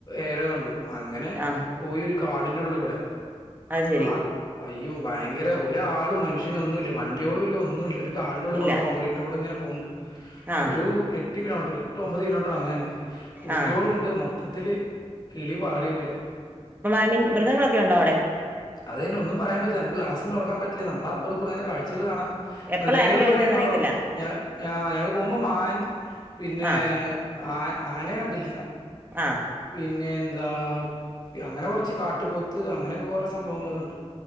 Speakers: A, on the left (about 40°); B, on the right (about 15°).
A: ഏരോ കണ്ടു അങ്ങനെ
B: ആ
A: പോയി ഒരു കാടിന്റെ ഉള്ളി കൂടെ
B: അത് ശരി
A: ആഹ് അയ്യോ ഭയങ്കര ഒരാളും മനുഷ്യനൊന്നുല്ല വണ്ടിയോളുല്ല ഒന്നുല്ല കാടിന്റുള്ളികൂടെ
B: ഇല്ല
A: കോൺക്രീറ്റ് റോഡ്ങ്ങനെ പോണ്ട്
B: ആ
A: ഒരു എട്ട് കിലോമീറ്റർ എട്ട് ഒമ്പത് കിലോമീറ്റർ അങ്ങനെന്നെ കുട്ടിയോളുണ്ട്
B: ആ
A: മൊത്തത്തില് കിളി പാറി പറയാ
B: <unintelligible> മൃഗങ്ങളൊക്കെ ഇണ്ടോ അവിടെ
A: അതെന്നെ ഒന്നും പറയാൻ പറ്റില്ല നമ്മക്ക് ഗ്ലാസ്സും തൊറക്കാൻ പറ്റില്ല നമ്മള് അപ്പറും ഇപ്പറം ഇങ്ങനെ കാഴ്‌ച്ചകള് കാണാം
B: എപ്പളാ
A: മൃഗങ്ങള്
B: ഇറങ്ങി വരുന്നേന്ന്
A: പറയുമ്പോ
B: അറിയത്തില്ല
A: ഞ ആഹ് ഞങ്ങള് പോകുമ്പോ മാൻ പിന്നെ
B: ആ
A: ആ ആനെ കണ്ടില്ല
B: ആഹ്
A: പിന്നെ എന്താ അങ്ങനെ കൊറച്ച് കാട്ട് പോത്ത് അങ്ങനൊക്കെ കൊറേ സംഭവങ്ങള് കണ്ടു